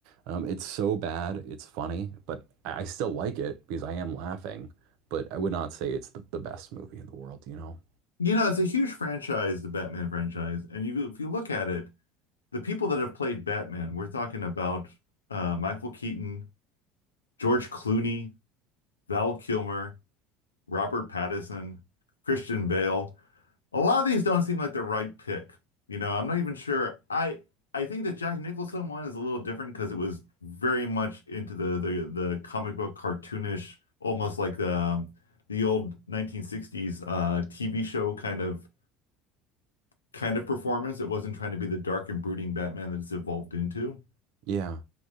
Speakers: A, on the right; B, on the left.
A: Um, it's so bad, it's funny, but I I still like it because I am laughing, but I would not say it's the, the best movie in the world, you know?
B: You know, it's a huge franchise, the Batman franchise, and you if you look at it, the people that have played Batman, we're talking about uh Michael Keaton, George Clooney, Val Kilmer, Robert Pattinson, Christian Bale. A lot of these don't seem like the right pick. You know, I'm not even sure. I I think the Jack Nicholson one is a little different because it was very much into the the the comic book cartoonish, almost like um, the old 1960s uh, TV show kind of kind of performance. It wasn't trying to be the dark and brooding Batman that it's evolved into.
A: Yeah.